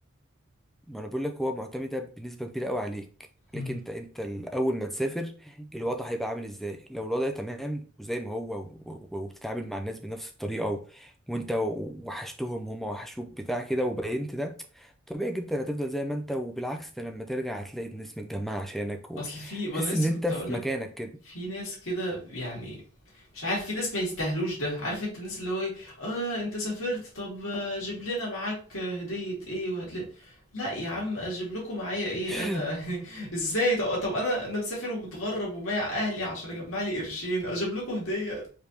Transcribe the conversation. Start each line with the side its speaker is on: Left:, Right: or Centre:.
Centre: ما انا بقول لك هو معتمدة بنسبة كبيرة قوي عليك عليك
Left: امم
Centre: انت انت ال- اول ما تسافر الوضع هيبقى عامل ازاي لو الوضع تمام وزي ما هو و- و- وبتتعامل مع الناس بنفس الطريقة و... وانت وحشتهم هم وحشوك بتاع كده وبينت ده طبيعي جدا هتفضل زي ما انت وبالعكس ده لما ترجع هتلاقي الناس متجمعة عشانك وتحس
Left: اصل في ما انا لسه
Centre: ان انت
Left: كنت
Centre: في
Left: اقولك
Centre: مكانك كده
Left: في ناس كده يعني مش عارف في ناس ما يستاهلوش ده عارف انت الناس اللي هو ايه اه انت سافرت طب آه، جيب لنا معاك آه، هدية ايه وهتلاقي لا يا عم اجيب لكم معايا ايه
Centre: <laughs>
Left: انا <laughs> ازاي طب, طب انا انا مسافر ومتغرب وبايع اهلي عشان اجمع لي قرشين اجيب لكم هدية